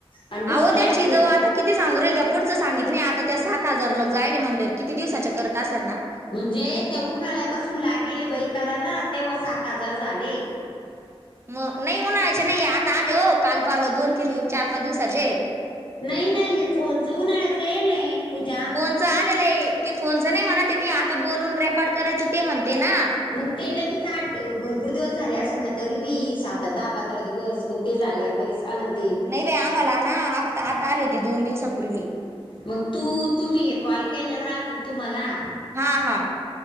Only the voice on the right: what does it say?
अहो त्यांची
जाऊ किती सांगू राहील त्या पुढं सांगित नाही आता त्या सात हजार लोक जायले म्हणलेवर किती दिवसाच्या करत असाल ना
मग नाही उणायचे नाही आता आले हो काल परवा दोन तीन चार पाच दिवसाचे
फोनच आलेलं आहे ते फोनचं नाही म्हणाते मी आता बोलून रेकॉर्ड करायचो ते म्हणते ना
नाही
बाई आम्हाला ना आता आता आले ते दोन दिवसापूर्वी
हा हा